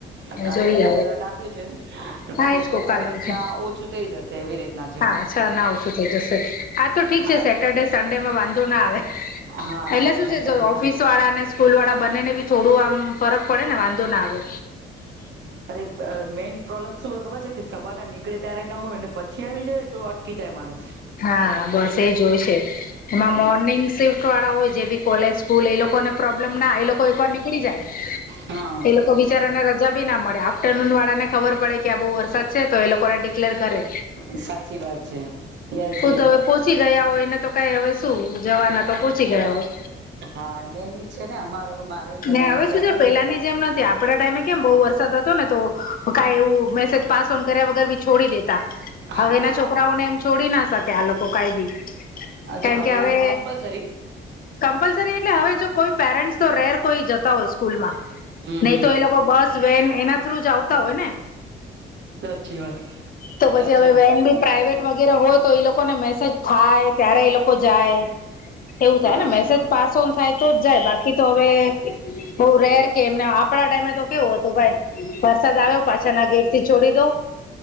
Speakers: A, on the right; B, on the left.
A: કાલે
B: જોઈએ
A: રેડ એલર્ટ આપ્યું છે. તો
B: હા
A: પછી
B: એ જ
A: છ
B: કવ
A: તારીખ
B: કાલનું છે
A: ના ઓછું થઈ જશે એવી રીતના છે.
B: હા ના ઓછું થઈ જશે હા તો ઠીક
A: આ
B: છે સેટરડે સન્ડે માં વાંધો ના આવે.
A: હા
B: એટલે શું
A: સેટરડે
B: છે, જો
A: સન
B: ઓફિસ વાળા અને સ્કૂલ વાળા બંનેને બી થોડું આમ ફરક પડે ને વાંધો ના આવે.
A: અરે બ મેન પ્રોબ્લમમ શું ખબર છે? કે સવાર ના નીકળે ત્યારે ના હોય પછી આવી જાય તો અટકી જાય માણસ.
B: હા બસ એ જોય છે. એમાં મોર્નિંગ શિફ્ટ વાળા હોય જે બી કોલેજ સ્કૂલ એ લોકોને પ્રોબ્લેમ ના એ લોકો એક વાર નીકળી જાય
A: હા.
B: એ લોકો બીચારાને રજા બી ના મળે આફ્ટરનૂન વાળા ને ખબર પડે કે આ બહુ વરસાદ છે, તો એ લોકોને ડિક્લેર કરે.
A: સાચી વાત છે. યસ
B: હું
A: યસ
B: તો હવે પોહોંચી ગયા હોય એને તો કઈ હવે શું જવાના તો પહંચી ગયા હોય.
A: હા મેન ઈજ છે ને અમારો મારે તને
B: ને આવે
A: ખ્યાલ
B: સુ જો
A: હોય
B: પેલા
A: ને
B: ની જેમ નથી આપડા ટાઈમે કેમ બઉુ વરસાદ હતો ને તો કઈ એવું મેસેજ પાસ ઓન કર્યા વગર બી છોડી દેતા હવે
A: હા
B: એના છોકરાઓને એમ છોડી ના શકે આ લોકો કઈ બી
A: અચ્છા
B: કારણ
A: હવે
B: કે અવે
A: કમ્પલસરી
B: કમ્પલસરી એટલે હવે જો કોઈ પેરેન્ટસ તો રેર કોઈ જતા હોય સ્કૂલમાં
A: હમ
B: નહી
A: હમ
B: તો એ લોકો બસ વેન એના થ્રુ જ આવતા હોય ને
A: અચછી વાત
B: તો પછી
A: અચ્છા
B: હવે વેન બી પ્રાઇવેટ વગેરે હોય તો એ લોકોને મેસેજ થાય ત્યારે એ લોકો જાય એવું થાય
A: અચ્છા
B: ને મેસેજ પાસ ઓન થાય તો જ જાય બાકી તો હવે બઉ રેર કે એમને આપડા ટાઈમે તો કેવું હતું ભાઈ સદ આવ્યો પાછાના ગેટ થી છોડી દો